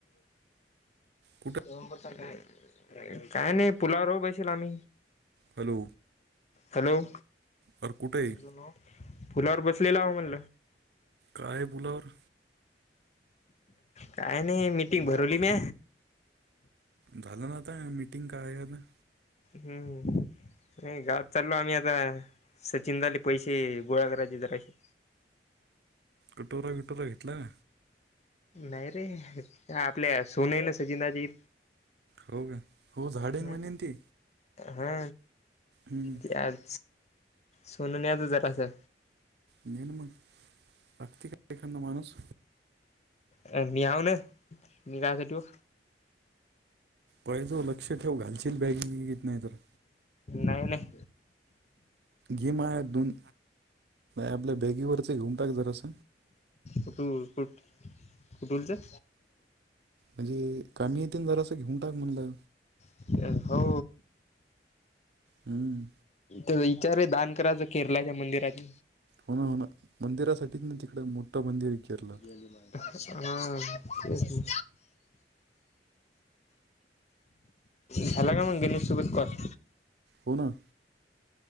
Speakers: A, on the right; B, on the left.
A: कुठे
B: का? काय नाही पोलावर बैश आम्
A: हॅलो
B: हॅलो.
A: अरे कुठे आहे
B: न फुलावर बसलेला म्ह
A: काय बोलावर.
B: काय नाही मीटिंग भरवली मी
A: झालं ना आता मीटिंग काय आहे ना.
B: हम्म नाही गावात चाललो आम्ही आता सचिन झाले पैसे गोळा करायचे जराशी
A: कटोरा विटोरा घेतलाय.
B: नाहीयरे. आपल्या सोने ना सचिंदाजी
A: हो का हो झाडे
B: हम्.
A: म्हणे ते
B: हा.
A: हम्म
B: त्याज सोन न्यायचं जरासं
A: दे नं मंग टाकते का एखांदा माणूस
B: अ म्याव नं मी काआच ठेवू.
A: पाहिजे तो लक्ष ठेव घालशील बॅगीत बिगीत नाय तर
B: नाय नाय.
A: गेम आहे दोन आपल्या बॅगीवरच घुमतााात जरा अस.
B: फट रट फटलते.
A: म्हणजे कमी येथ ज घेऊन टाक म्हणलं
B: हो
A: हम्म.
B: विचारे दान करायचं केरळच्या मंदिरात
A: होणा हो ना मंदिरासाठीच म तिकडे मोठं मंदिर गेरलं.
B: हा तेच ना झाला का मंग गिरीश सोबत कॉल
A: हो ना.